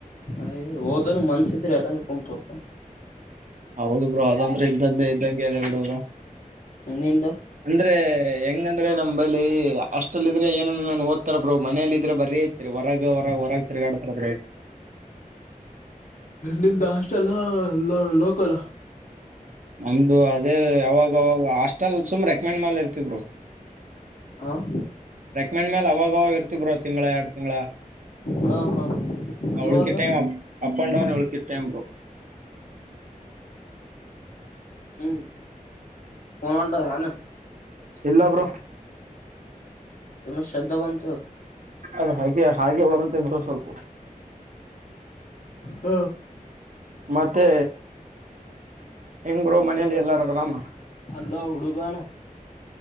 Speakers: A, on the left (about 60°); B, on the right (about 60°).
A: ಅಯ್ ಹೋದನು ಮನ್ಸಿದ್ರೆ ಎಲ್ಲಾನ ಕುಂತು ಹೋಗ್ತ
B: ಹೌದು ಬ್ರೋ ಅದೊಂದ್ರ ಇದ್ದಂದೇ ಇದ್ದಂಗೆ ಅದೆ ಬಿಡ ಬ್ರ
A: ನಿಂದು
B: ಅಂದ್ರೆ ಹೆಂಗಂದ್ರೆ ನಮ ಬಳಿ ಅಷ್ಟಲ್ ಇದ್ರೆ ಏನ ಓದ್ತಾರ ಬ್ರೋ ಮನೇಲ್ಲ ಇದ್ರೆ ಬರೀ ತಿ ಹೊರಗ ಹೊರಗೆ ಹೊರಗೆ ತಿರ್ಗಾಡತಾರ
A: ನಿಮ್ದ ಅಷ್ಟ ಅಲ್ಲಾ ಲೋಕಲ್
B: ನಮ್ದ ಅದೇ ಯಾವಾಗಾಗ ಹಾಸ್ಟೆಲ್ ಸುಮ್ ರೆಕಮೆಂಡ್ ಮೇಲ್ ಇರ್ತವರು
A: ಹಂ
B: ರೆಕಮೆಂಡ್ ಮೇಲೆ ಅವಾಗ್ವಾಗ ಇರ್ತ ಬ್ರೋ ತಿಂಗಳ ಎರಡು ತಿಂಗಳ
A: ಹಾ ಹಾ
B: ಅವಳ
A: ಇವಾಗ
B: ಕ time up up and down ಅವಳ ಇ ಟೈಮ ಬ
A: ಹ್ಮ್ ಪೋನಟ ನ
B: ಎಲ್ಲಬ್ರು
A: ಇಏನು ಶ್ರದ್ಧ ಬಂತಂತ
B: ಅ ಹಾಗೆ ಹಾಗೆ ಬರುತ್ತೆ ಸ್ವಲ್ಪ
A: ಹ್ಮ್
B: ಮತ್ತೆ ಹೆಂಗ್ ಬರು ಮನೇಲಿ ಎಲ್ಲಾರ ಆರಾಮ
A: ಅಲ್ಲ ಹಡುಗಣ